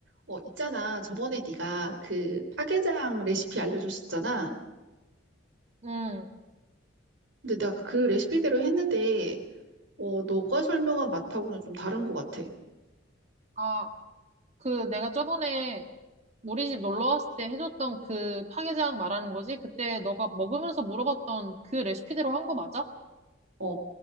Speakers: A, on the right; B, on the right.
A: 어, 있잖아. 저번에 네가 그 파게장 레시피 알려줬었잖아.
B: 응.
A: 근데 내가 그 레시피대로 했는데, 어, 너가 설명한 맛하고는 좀 다른 것 같아.
B: 아, 그 내가 저번에 우리 집 놀러 왔을 때 해줬던 그 파게장 말하는 거지? 그때 너가 먹으면서 물어봤던 그 레시피대로 한 거 맞아?
A: 어,